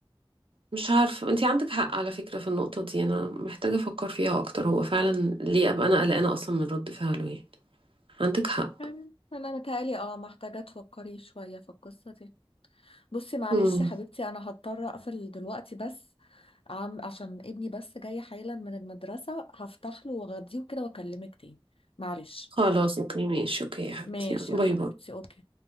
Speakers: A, on the right (about 70°); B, on the left (about 80°).
A: مش عارفة انتي عندك حق على فكرة في النقطة دي انا محتاجة افكر فيها اكتر هو فعلا ليه ابقى انا قلقانة اصلا من رد فعله يعني عندك حق
B: يعني انا متهيألي اه محتاجة تفكري شوية في القصة دي بصي معلش
A: مم.
B: يا حبيبتي انا هضطر اقفل دلوقتي بس عم عشان ابني بس جاي حالا من المدرسة هفتح له واغديه كده واكلمك تاني معلش
A: خلاص اوكي ماشي اوكي يا حبيبتي
B: ماشي
A: باي
B: يا حبيبتي
A: باي
B: اوكي